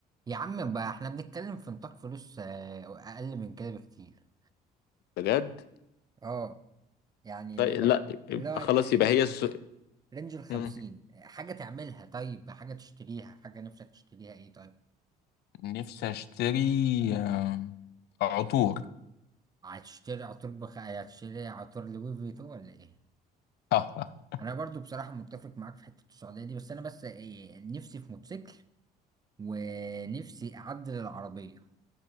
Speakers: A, on the right (about 25°); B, on the left (about 75°).
A: يا عم بقى احنا بنتكلم في نطاق فلوس آه، اقل من كده بكتير
B: بجد
A: اه يعني
B: طيب
A: هو
B: لا
A: اللي
B: يبقى
A: هو الرينج
B: خلاص يبقى هي الس...
A: رينج الخمسين
B: مم.
A: حاجة تعملها طيب حاجة تشتريها حاجة نفسك تشتريها ايه طيب
B: نفسي اشتري آه، عطور
A: هتشتري عطور بخ... هتشتري عطور لوي فيتو ولا ايه
B: <laughs>
A: انا برضو بصراحة متفق معاك في حتة السعودية دي بس انا بس إيه نفسي في موتوسيكل ونفسي اعدل العربية